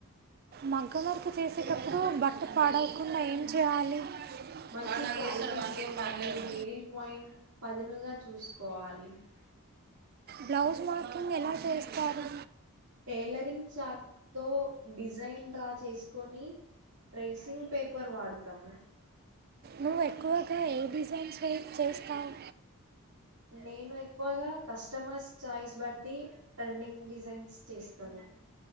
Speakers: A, on the right; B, on the right.
A: మగ్గం వరకు చేసేటప్పుడు బట్ట పాడయికుండా ఏం చేయాలి.
B: మంచి
A: వాడు నాకు
B: క్వాలిటీ
A: చేస్తాడు వాడికి
B: గ్లూ
A: ఏం పర్లేదు
B: మరియు నీడిల్ పాయింట్ పదునుగా చూసుకోవాలి. పాలి
A: బ్లౌజ్ మార్కింగ్ ఎలా చేస్తారు
B: టైలరింగ్ చాక్ తో డిజైన్ డ్రా చేసుకొని ప్రేసింగ్ పేపర్ వాడతాము
A: నువ్వు ఎక్కువగా ఏ డిజైన్స్ చే చేస్తావ్
B: నేను ఎక్కువగా కస్టమర్స్ చాయిస్ బట్టి ట్రెండింగ్ డిజైన్స్ చేస్తాను.